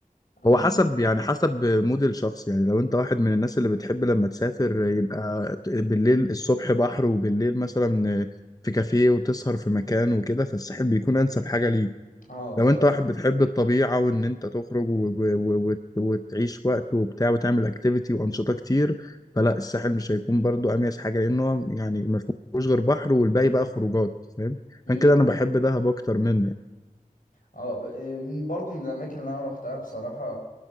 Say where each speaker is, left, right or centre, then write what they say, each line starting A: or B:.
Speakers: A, on the left; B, on the left.
A: أم-
B: هو حسب يعني حسب مود الشخص يعني لو انت واحد من الناس اللي بتحب لما تسافر يبقى بالليل الصبح بحر وبالليل مثلا في كافيه وتسهر في مكان وكده فالساحل بيكون انسب حاجة ليك
A: اه بصراحة
B: لو انت واحد بتحب الطبيعة وان انت تخرج و... و... وت... وتعيش وقت وبتاع وتعمل اكتيفيتي وانشطة كتير فلا الساحل مش هيكون برضو اميز حاجة لانه يعني ما فيهوش غير بحر والباقي بقى خروجات فاهم
A: إمم.
B: عشان كده انا بحب دهب اكتر منه
A: اه ب- إيه، من- برضو من الاماكن اللي انا روحتها بصراحة